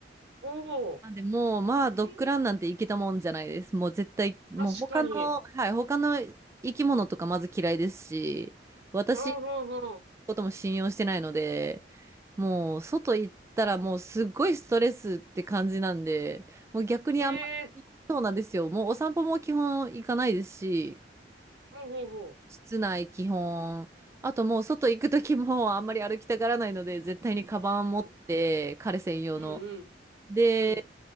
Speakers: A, on the right (about 75°); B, on the right (about 15°).
A: おー、
B: なんでもうまあドッグランなんて行けたもんじゃないです。
A: えー
B: もう絶対、もう他の、
A: 確かに。
B: はい、他の生き物とかまず嫌いですし、私の
A: うんうんう
B: ことも信用してないので、もう外行ったらもうすっごいストレスって感じなんで、もう逆にあんまりそうなんですよ。
A: ん。えー
B: もうお散歩も基本行かないですし、
A: うんうんうん。
B: 室内基本。
A: お
B: あともう外行く時もあんまり歩きたがらないので、絶対にカバン持って、
A: うん、
B: 彼専用の。
A: うん、うん、
B: で、
A: うん、